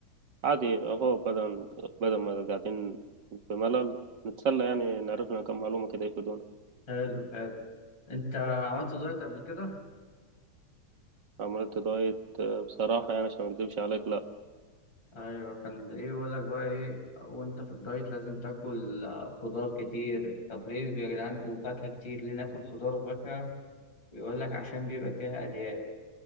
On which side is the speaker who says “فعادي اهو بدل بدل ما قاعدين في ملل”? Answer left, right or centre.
Right